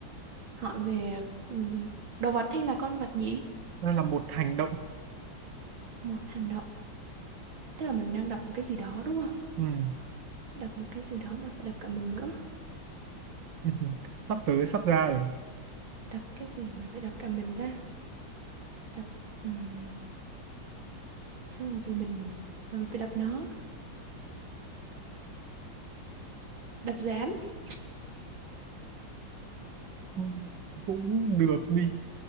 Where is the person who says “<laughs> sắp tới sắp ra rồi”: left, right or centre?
Right